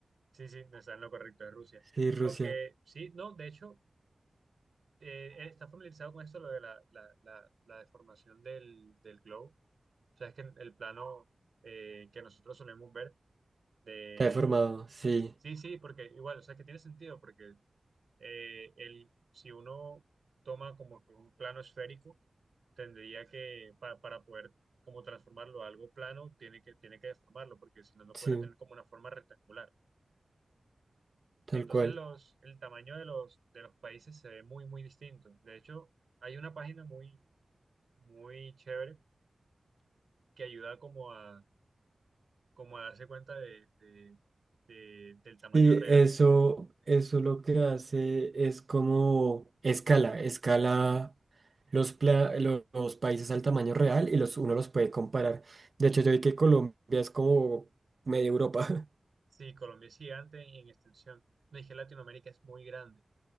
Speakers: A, on the right; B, on the right.
A: Sí, sí, no está en lo correcto de Rusia.
B: Sí, Rusia.
A: Aunque sí, no, de hecho, eh, eh, está familiarizado con esto, lo de la, la, la, la deformación del, del globo. O sea, es que el plano eh, que nosotros solemos ver de...
B: Está deformado. Sí,
A: Sí, sí, porque igual, o sea, que tiene sentido, porque eh, el, si uno toma como que un plano esférico, tendría que, pa- para poder como transformarlo a algo plano, tiene que, tiene que deformarlo, porque si no, no
B: sí,
A: podría tener como una forma rectangular.
B: tal
A: Entonces
B: cual.
A: los, el tamaño de los, de los países se ve muy, muy distinto. De hecho, hay una página muy, muy chévere que ayuda como a, como a darse cuenta de, de- de- del tamaño
B: Sí,
A: real.
B: eso, eso lo que hace es como escala, escala los, pla- lo- los países al tamaño real y los, uno los puede comparar. De hecho, yo vi que Colombia es como media Europa,
A: Sí, Colombia es gigante en extensión. No dije Latinoamérica es muy grande.